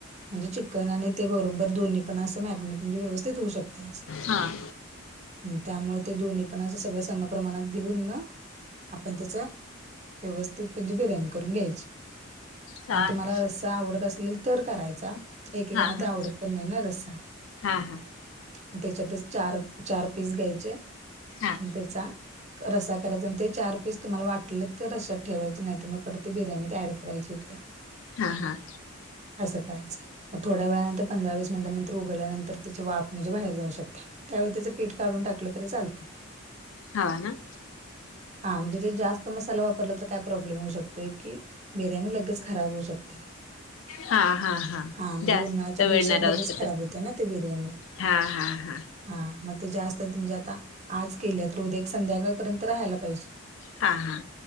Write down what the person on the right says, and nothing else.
म्हणजे चिकन आणि ते बरोबर दोन्ही पण असं मॅग्नेट म्हणजे व्यवस्थित होऊ शकते असं.
त्यामुळे ते दोन्ही पणा अस सगळं सम प्रमाणात घेऊन मग आपण त्याच व्यवस्थित म्हणजे बिर्याणी करून घ्यायची.
आणि तुम्हाला रस्सा आवडत असेल तर करायचा. एकेकांना
ते आवडत पण नाही ना, रस्सा.
अन त्याच्यातच चार-चार पीस घ्यायचे आणि
त्याचा रस्सा करायचा, आणि ते चार पीस तुम्हाला वाटलं तर रश्यात ठेवायचे, नाही तर मग परत ते बिर्याणीत ऍड करायचे इकडं.
असं करायचं. मग थोड्या वेळानंतरं, पंधरा-वीस मिनिटानंतर उघडल्यानंतर त्याची वाफ म्हणजे बाहेर जाऊ शकते. त्यावेळी त्याचं पीठ काढून टाकलं तरी चालतंय.
हा, म्हणजे ते जास्त मसाला वापरला तर, काय प्रॉब्लेम होऊ शक की, बिर्याणी लगेच खराब होऊ शकते.
हा म्हणजे,
उन्हाळ्याच्या दिवसात
लगेच
खराब होते ना, ती बिर्याणी.
हा, मग ते जास्त, म्हणजे आता आज केली आहे, तर उद्या एक संध्याकाळपर्यंत राहायला पाहिजे.